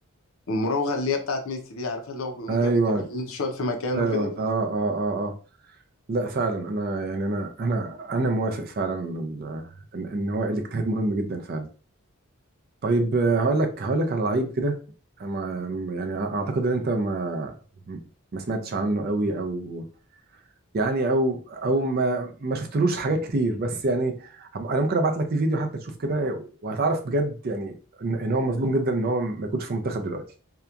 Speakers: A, on the left; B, on the right.
A: والمراوغه اللي هي بتاعت ميسي دي عارفها اللي هو بيقوم
B: ايوه
A: جايب الكوره يمين شويه في مكانه
B: ايوه
A: كده
B: اه
A: ف...
B: اه اه اه لا فعلا انا يعني انا انا انا موافق فعلا ال- ان إن هو الاجتهاد مهم جدا فعلا طيب آه، هقول لك هقول لك على لعيب كده ما- يعني اعتقد ان انت ما ما سمعتش عنه قوي او يعني او او ما ما شفتلوش حاجات كتير بس يعني هب- انا ممكن ابعت لك فيديو حتى تشوف كده وهتعرف بجد يعني ان إن هو مظلوم جدا ان هو ما يكونش في المنتخب دلوقتي